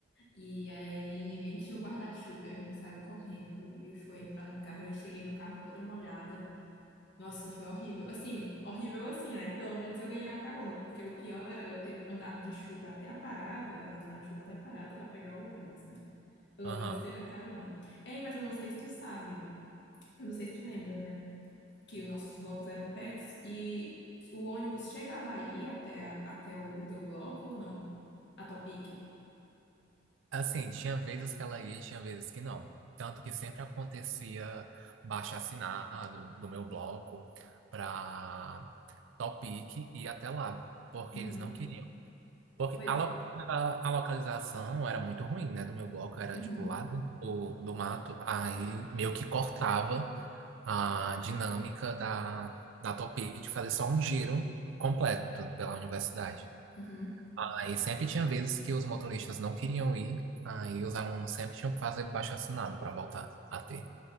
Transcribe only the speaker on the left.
E aí ninguém tinha um guarda-chuva, e a gente saiu correndo. E foi entrar no carro, eu cheguei no carro toda molhada. Nossa, foi horrível. Assim, horrível assim, né? Pelo menos eu ganhei a carona, porque o pior era eu ter andado de chuva até a parada, andado na chuva até a parada para pegar o ônibus, né? Pelo
menos teve a carona. Ei, mas eu não sei se tu sabe, eu não sei se tu lembra, né? Que os nossos blocos eram pets e o ônibus chegava aí até, até o, o teu bloco ou não? A tua pique.
Uhum.
Pois,
uhum,
uhum.